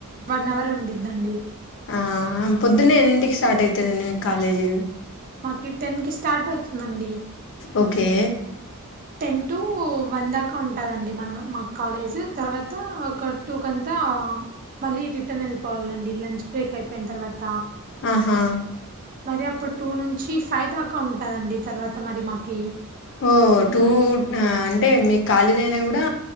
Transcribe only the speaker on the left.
ఆ పొద్దున్నే ఎన్నింటికి స్టార్ట్ అయితదండి మీకు కాలేజు
ఓకే
ఆహా
ఓ టూ అంటే మీకు కాలేజేనా కూడా